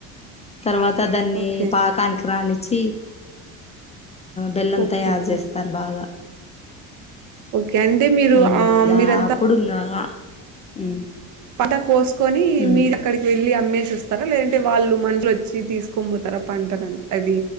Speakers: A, on the left; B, on the right.
A: తర్వాత దాన్ని
B: ఓకే
A: పాకానికి రానిచి బెల్లం
B: ఓకే
A: ఉం తయారు
B: అండి
A: చేస్తా తర్ బాగా
B: ఓకే అంటే మీరు
A: ఉమ్
B: ఆ
A: దా
B: మీరంతా
A: అప్పుడు ఇంగా ఉమ్
B: పంట కోసుకొని
A: ఉమ్
B: మీర అక్కడికి వెళ్ళి అమ్మేసి వస్తారా లేదంటే వాళ్ళు మనుషులు వచ్చి తీసుకొని పోతారా పంటనుంత అది